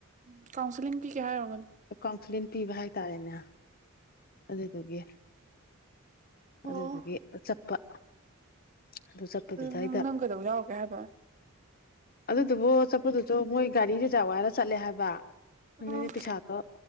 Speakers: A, on the right; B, on the left.
A: ꯎꯝ ꯀꯥꯎꯟꯁꯤꯂꯤꯡ ꯄꯤꯒꯦ ꯍꯥꯏ ꯑꯣꯢꯔꯝꯒꯅꯤ
B: ꯀꯥꯎꯟꯁꯤꯂꯤꯡ ꯄꯤꯕ ꯍꯥꯏꯇꯥꯔꯦꯅꯦ ꯑꯗꯨꯗꯨꯒꯤ ꯑꯗꯨꯗꯨꯒꯤ
A: ꯑꯣ
B: ꯆꯠꯄ ꯑꯗꯨ ꯆꯠꯄꯗꯨꯗꯩꯗ
A: ꯅꯪ ꯅꯪ ꯀꯩꯗꯧ ꯌꯥꯎꯔꯨꯒꯦ ꯍꯥꯏꯕ
B: <inaudible> ꯑꯗꯨꯗꯨꯕꯨ ꯆꯠꯄꯗꯨꯗꯣ ꯃꯣꯏ ꯒꯥꯔꯤ ꯔꯤꯖꯥꯞ ꯋꯥꯏꯔ ꯆꯠꯂꯦ ꯍꯥꯏꯕ <unintelligible> ꯑꯗꯨꯗꯤ
A: ꯑꯣ
B: ꯄꯩꯁꯥꯗꯣ